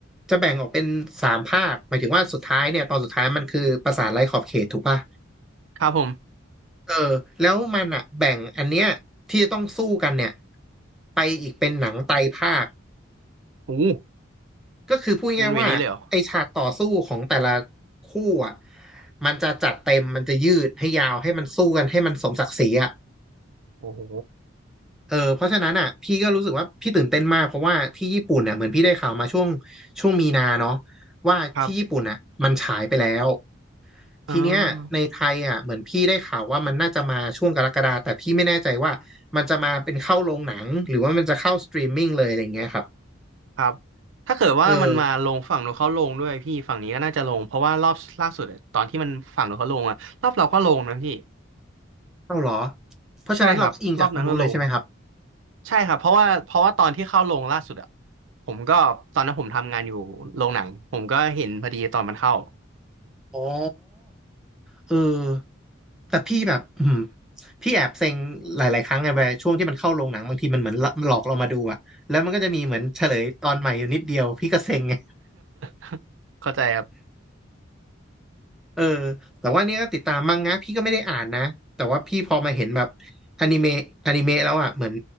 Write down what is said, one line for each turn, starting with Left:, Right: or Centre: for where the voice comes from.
Centre: จะแบ่งออกเป็นสามภาคหมายถึงว่าสุดท้ายเนี่ยตอนสุดท้ายมันคือปราสาทไร้ขอบเขตถูกป่ะ
Right: ครับผม
Centre: เออแล้วมันอ่ะแบ่งอันเนี้ยที่จะต้องสู้กันเนี่ยไปอีกเป็นหนังไตรภาค
Right: โอ้
Centre: ก็คือพูดง่ายๆว่าไอฉากต่อสู้ของแต่ละ
Right: เล่นเวนี้เลยเหรอ
Centre: คู่อ่ะมันจะจัดเต็มมันจะยืดให้ยาวให้มันสู้กันให้มันสมศักดิ์ศรีอ่ะ
Right: โอ้โห
Centre: เออเพราะฉะนั้นอ่ะพี่ก็รู้สึกว่าพี่ตื่นเต้นมากเพราะว่าที่ญี่ปุ่นเนี่ยเหมือนพี่ได้ข่าวมาช่วงช่วงมีนาเนาะว่าที่ญี่ปุ่นอ่ะมันฉายไปแล้ว
Right: ครับอ่า
Centre: ทีเนี้ยในไทยอ่ะเหมือนพี่ได้ข่าวว่ามันน่าจะมาช่วงกรกฎาแต่พี่ไม่แน่ใจว่ามันจะมาเป็นเข้าโรงหนังหรือว่ามันจะเข้าสตรีมมิ่งเลยอะไรอย่างเงี้ยครับ
Right: ครับถ้าเกิดว่ามันมาลงฝั่งนู้นเขาลงด้วยพี่ฝั่งนี้ก็น่าจะลงเพราะว่ารอบล่าสุดอะตอนที่มันฝั่งนู้นเขาลงอะรอบเราก็ลงนะพี่
Centre: เออเข้าเหรอเพราะฉะนั้นเราก็อิงจากทางนู้นเลยใช่ไหมครับ
Right: ใช่ครับรอบนั้นก็ลงใช่ครับเพราะว่าเพราะว่าตอนที่เข้าลงล่าสุดอะผมก็ตอนนั้นผมทำงานอยู่โรงหนังผมก็เห็นพอดีตอนมันเข้า
Centre: อ๋อ เออแต่พี่แบบอืมพี่แอบเซ็งหลายๆครั้งไงเวลาช่วงที่มันเข้าโรงหนังบางทีมันเหมือนหลอกเรามาดูอะแล้วมันก็จะมีเหมือนเฉลยตอนใหม่อยู่นิดเดียวพี่ก็เซ็งไง
Right: <laughs> เข้าใจครับ
Centre: เออแต่ว่าเนี่ยก็ติดตามมังงะพี่ก็ไม่ได้อ่านนะแต่ว่าพี่พอมาเห็นแบบอนิเมะอนิเมะแล้วอ่ะเหมือน